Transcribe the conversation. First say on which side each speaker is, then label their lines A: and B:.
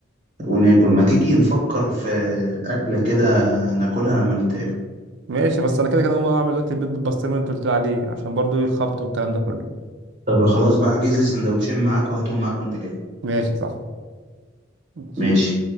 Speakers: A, on the right; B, on the right.
A: وناكل ما تيجي نفكر في أكلة كده ناكلها لما نتقابل
B: ماشي بس انا كده كده هقوم اعمل دلوقتي البيض بالبسطرمه اللي انت قلت لي عليه عشان برضو الخبط والكلام ده كله
A: طب خلاص بقى احجز لي سندوتشين معاك وهاتهم معاك وانت جاي
B: ماشي صح ماشي.
A: ماشي